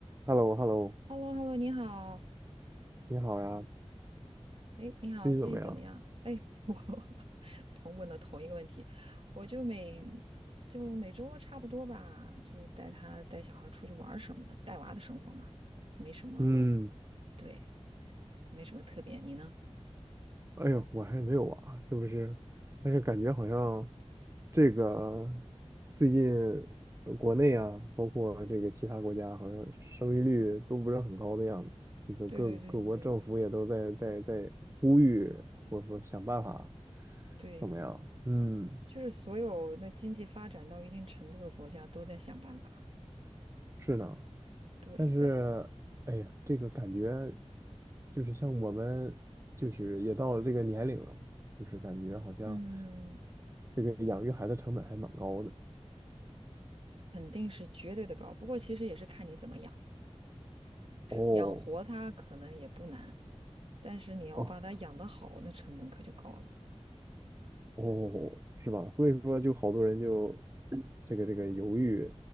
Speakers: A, on the right; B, on the right.
A: h e l l o h e l l o
B: h e l l o h e l l o 你好，
A: 你好呀，
B: 哎，你好，
A: 最近怎么样？
B: 最近怎么样？哎，我 <laughs> 同问了同一个问题，我就每就每周差不多吧，就带他带小孩儿出去玩儿什么的，带娃的生活嘛，没什么，
A: 嗯，
B: 对，没什么特别。你呢？
A: 哎呦，我还没有啊，是不是？但是感觉好像这个最近呃国内啊，包括这个其他国家，好像生育率都不是很高的样子。这个各各国政府也都在在在呼吁，
B: 对对对对对
A: 或者说想办法，
B: 对，
A: 怎么样？嗯，
B: 就是所有的经济发展到一定程度的国家都在想办法，
A: 是呢。
B: 对，
A: 但是，
B: 然
A: 哎呀，这个感觉就是像我们，就是也到了这个年龄了嘛，就是感觉好像
B: 嗯，
A: 这个养育孩子成本还蛮高的。
B: 肯定是绝对的高，不过其实也是看你怎么养，
A: 哦，
B: 养活他可能也不难。但是你要把它养得好，
A: 哦，
B: 那成本可就高了。
A: 哦，是吧？所以说，就好多人就这个这个犹豫